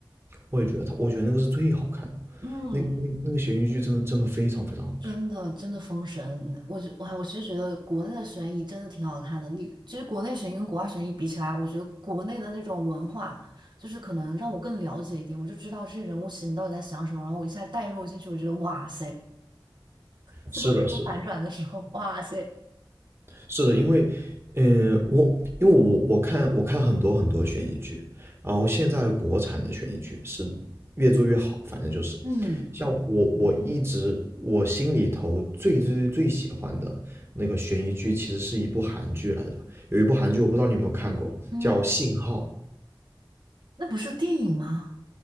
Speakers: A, on the right; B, on the right.
A: 我也觉得他，我觉得那个是最好看的，
B: 嗯。
A: 那那那个悬疑剧真的真的非常非常好看。
B: 真的真的封神，我觉我还我其实觉得国内的悬疑真的挺好看的。你其实国内悬疑跟国外悬疑比起来，我觉得国内的那种文化，就是可能让我更了解一点，我就知道这些人物心里到底在想什么，然后我一下带入进去，我觉得哇塞，最后出反转的时候，
A: 是的，是的，
B: 哇塞
A: 是的，因为，嗯，我因为我我看我看很多很多悬疑剧，然后现在国产的悬疑剧是越做越好，反正就是
B: <laughs>，嗯
A: 像我我一直我心里头最最最喜欢的那个悬疑剧，其实是一部韩剧来的，有一部韩剧我不知道你有没有看过，
B: 嗯，
A: 叫《信号》，
B: 那不是电影吗？